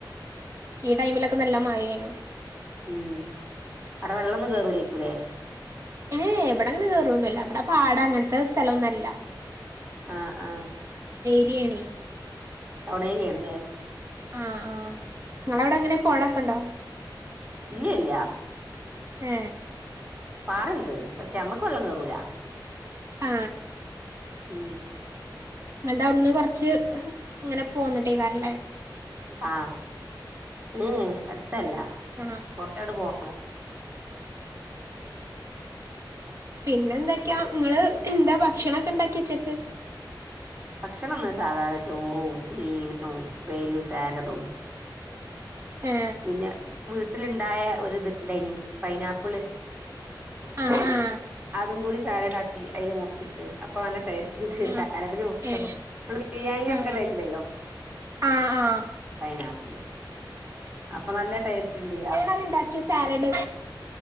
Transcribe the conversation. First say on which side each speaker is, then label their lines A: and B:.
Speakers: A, on the right; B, on the right.
A: ഇ ടൈമിലൊ പ്പ നല്ല മയേനു
B: ഉം അടെ വെള്ളൊന്നും കേറൂലേക്കു ലെ
A: ഏ ഇവിടെ അങ്ങനെ കേറൊന്നുല്ല ഇവിടെ പാട അങ്ങനത്തെ സ്ഥലൊന്നും അല്ല
B: ആ ആ
A: എണ്
B: ടൗൺ ഏരിയാ ണ്ല്ലേ
A: ആ ആ നിങ്ങളവിടെ എങ്ങനെ പോഴക്കെ ണ്ടോ
B: ഇല്ല ഇല്ല
A: എ
B: പാറണ്ട് പക്ഷെ ഞമ്മക്ക് വെള്ളം കേറൂല
A: ആ
B: ഉം
A: നിങ്ങൾ ടവ്ട്ന്ന് കൊറച്ച് ഇങ്ങനെ പോന്നിട്ടേക്കാര ല്ലേ
B: ആ ഏ അടുത്തല്ല
A: ആ
B: കൊറച്ചാണ്ട് പോണം
A: പിന്നെ എന്തൊക്കെയാ നിങ്ങള് എന്താ ഭക്ഷണൊക്കെ ഇണ്ടാക്കെ ഉച്ചക്ക്
B: ഭക്ഷണംന്ന് സാധാരണ ചോറും മീനും ഉപ്പേരിയും സാലഡും
A: ഏ
B: പിന്നെ വീട്ടില് ണ്ടായ ഒരു ഇത് ഇണ്ടേയ്നി പൈനാപ്പിള്
A: ആ ആ
B: അതും കൂടി സാലഡ് ആക്കി അയില് മുറിച്ചിട്ടപ്പൊ നല്ല ടേസ്റ്റ് ണ്ട്
A: ആ
B: സാലഡ്ല് മുറിച്ചട്ടപ്പോ
A: ഏ
B: നമ്മ ബിരിയാണിക്കൊല്ലെ
A: ആ
B: ഇടണ്ടല്ലോ
A: ആ ആ
B: പൈനാപ്പിള് അപ്പൊ നല്ല ടേസ്റ്റ് ണ്ട് അ
A: അര്ണ്ടാക്കിയ സാലഡ്